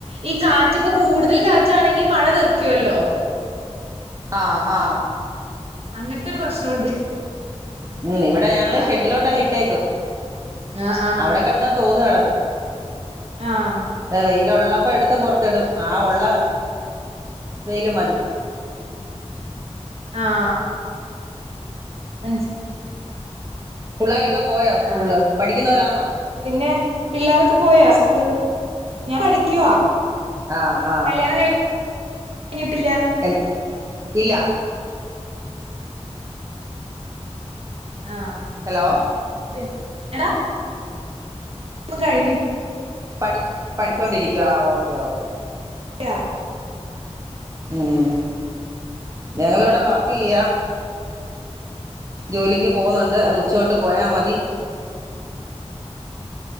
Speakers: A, on the right (about 60°); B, on the right (about 30°).
A: ഈ കാറ്റ്പ്പൊ കൂട്തെല് കാറ്റാണെങ്കി മഴ തെറിയ്ക്കുവല്ലോ
B: ആഹ് ഹാ
A: അങ്ങൻത്തൊരു പ്രശ്നമുണ്ട്
B: ഉം ഇവിടെ ഞങ്ങള്
A: അതാ
B: ഷെഡ്ഡിലോട്ടങ്ങ് ഇട്ടേക്കും
A: ആ ആ
B: അവിടെ കെടെന്ന് തോന്ന് കണക്കും
A: ആഹ്
B: ഏ വെയ്ലുള്ളപ്പ എട്ത്ത് പൊറെത്തിടും ആ ഉള്ള വെയില് മതി
A: ആഹ് മൻസ്
B: പുള്ളാരൊക്കെ പോയോ സ്കൂൾല്
A: ആ
B: പഠിയ്ക്കുന്നവരാന്നോ
A: പിന്നെ പിള്ളേരൊക്കെ പോയാ സ്കൂള് ഞാൻ പഠിക്കുവാ
B: ആഹ് ആഹ്
A: കല്യാണം കഴ് ഞ്ഞിട്ടില്ലാ
B: എ ഇല്ലാ
A: ആഹ്
B: ഹെലോ
A: പിൻ എടാ ന്നും കഴിഞ്ഞി
B: പഠി പഠിച്ചോണ്ടിരിയ്ക്കുവാ ഓക്കെ ഓക്കേ
A: രാ
B: ഉം ഞങ്ങളിവിടെ വർക്കെയ്യാ ജോലിക്ക് പോകുന്നുണ്ട് അത് ഉച്ച തൊട്ട് പോയാ മതി